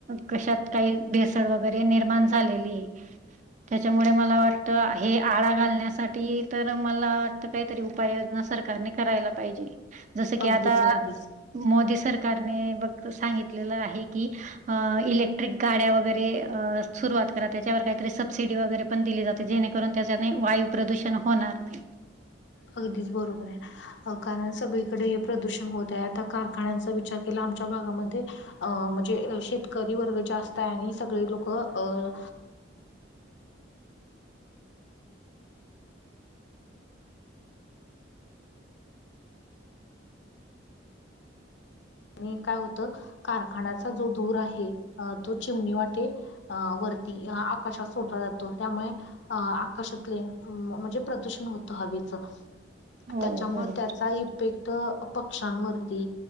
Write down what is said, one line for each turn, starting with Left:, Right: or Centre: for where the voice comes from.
Right: कशात काही भेस भेसळ वगैरे निर्माण झालेली. त्याच्यामुळे मला वाटतं,, हे आळा घालण्यासाठी तर मला तर काहीतरी उपाययोजना सरकारने करायला पाहिजे,, जसं की
Left: अगदीच
Right: आता
Left: अगदीच
Right: मोदी सरकारने बघ सांगितलेलं आहे की,, इलेक्ट्रिक गाड्या वगैरे रवात करा त्यावर काही सबसिटि वगैरे पण दिली जाते,, जे त्या वा प्रदूषण होणार नाही.
Left: अगदीच बरोबर आहे. अ कारण सगळीकडे हे प्रदूषण होत आहे आता,, कारखान्यांचा विचार केला आमच्या भागामध्येऽ अ म्हणजे शेतकरी वर्ग जास्त आहे, आणि सगळे लोक अऽ आणि काय होत कारखान्याचा जो धूर आहे तो, चिमणी वाटे अ, वरती आकाशात सोडला जातो,, त्यामुळे अ आकाशातले, म्हणजे प्रदूषण होत हवेचं.
Right: हो
Left: त्याच्यामुळे
Right: बरोबर
Left: त्याचा इफेक्ट पक्ष्यांवरती,